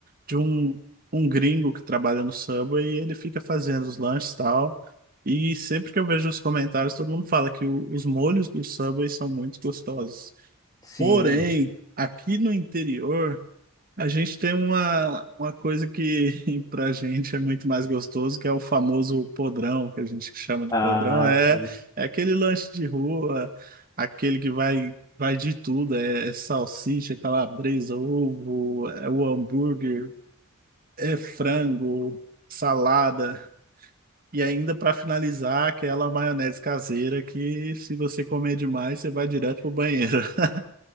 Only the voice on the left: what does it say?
Sim.
Ah,
sim.